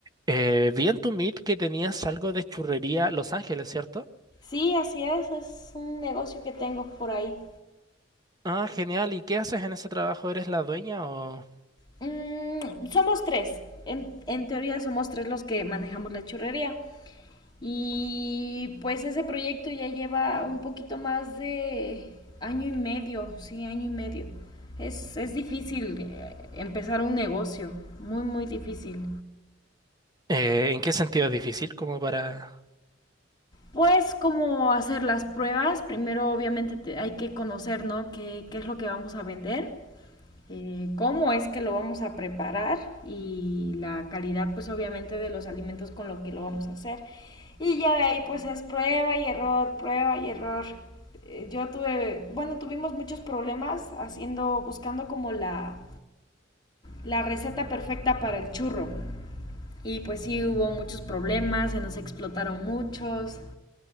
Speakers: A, on the right; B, on the left.
A: Eh, vi en tu Meet que tenías algo de churrería Los Ángeles, ¿cierto?
B: Sí, así es, es un negocio que tengo por ahí.
A: Ah, genial. ¿Y qué haces en ese trabajo? ¿Eres la dueña o
B: Mm, somos tres, en, en teoría somos tres los que manejamos la churrería. Y pues ese proyecto ya lleva un poquito más de año y medio, sí, año y medio. Es, es difícil eh, empezar un negocio, muy, muy difícil.
A: eh, en qué sentido es difícil? Como para...
B: Pues cómo hacer las pruebas, primero obviamente te- hay que conocer, ¿no? ¿Qué, qué es lo que vamos a vender? eh, cómo es que lo vamos a preparar y la calidad pues obviamente de los alimentos con lo que lo vamos a hacer. Y ya de ahí pues es prueba y error, prueba y error. Eh, Yo tuve, bueno, tuvimos muchos problemas haciendo, buscando como la, la receta perfecta para el churro. Y pues sí hubo muchos problemas, se nos explotaron muchos,